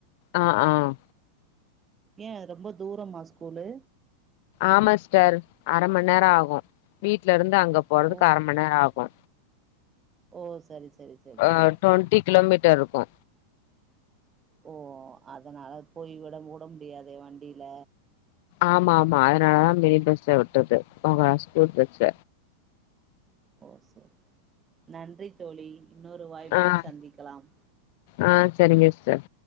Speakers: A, on the left; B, on the right.
A: ஆஹ் ஆஹ்
B: ஏ ரொம்ப தூரமா ஸ்கூலு
A: ஆமா ஸ்டர் அர மண் நேர ஆகு வீட்ல இருந் ந்து அங்க போறதுக்கு
B: ஓ
A: அர மண் நேர ஆகு
B: ஓ சரி சரி சரி
A: அஹ்
B: சரி
A: ஆஹ் டொண்ட்டி கிலோமீட்டர் இருக்கு
B: ஓ அதனால இப்போய் விட முட முடியாதே வண்டியில
A: ஆமா ஆமா அதனாலதா மினி பஸ்சுல விட்டது <unintelligible> ஸ்கூல் பஸ்ல
B: ஓ சேர் நன்றி தோழி இன்னொரு வாய்ப்பில்
A: ஆஹ்
B: சந்திக்கலாம்
A: ஆஹ் சேரிங்க சிஸ்டர்